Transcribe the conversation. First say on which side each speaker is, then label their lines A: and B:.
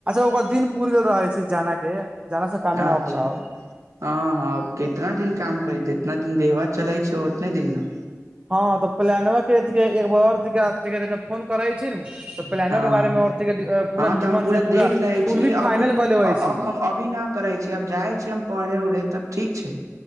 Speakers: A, on the right; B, on the right.
A: ओकर दिन पूुर गेल रहै छै जाना के जाना से कामे
B: अच्छा
A: न होखेला अब
B: हँ हँ कितना दिन काम करै छै इितना दिन देहबा चलाय छै ओतने दिनमे
A: हँ तऽ प्लान व के एक बरिक द फोन करइ छ न तऽ प्लानोक
B: हँ
A: के बारेमे औरत पूरा
B: हँ
A: निमन
B: तऽ हम
A: से पूरा
B: देख लै
A: कूर्मी
B: छी अभी
A: फाइनल कऽ लेबै
B: अ-
A: छी
B: अब हम अभी न करे छीय अब जाइ छीयै हम पढ़े उ तब ठीक छै